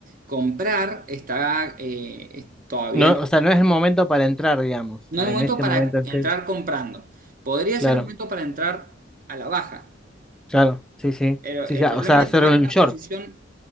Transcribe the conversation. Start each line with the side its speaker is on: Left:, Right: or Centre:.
Right: comprar está eh, es- todavía
Centre: No,
Right: no,
Centre: o sea, no es el momento para entrar, digamos,
Right: no
Centre: en
Right: es momento
Centre: este
Right: para
Centre: momento en
Right: entrar
Centre: que,
Right: comprando. Podría
Centre: claro.
Right: ser el momento para entrar a la baja,
Centre: Claro, sí, sí.
Right: pero
Centre: Sí,
Right: el
Centre: sí, ah,
Right: problema
Centre: o sea, hacer
Right: de tomar
Centre: un
Right: una
Centre: short.
Right: posición